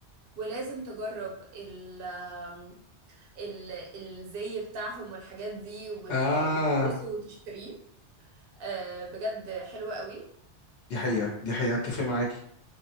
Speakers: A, on the right (about 55°); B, on the left (about 70°).
A: ولازم تجرب ال آم، ال الزي بتاعهم والحاجات دي وت-
B: اه
A: وتلبسه وتشتريه آه، بجد حلوة قوي
B: دي حقيقة دي حقيقة اتفق معاكي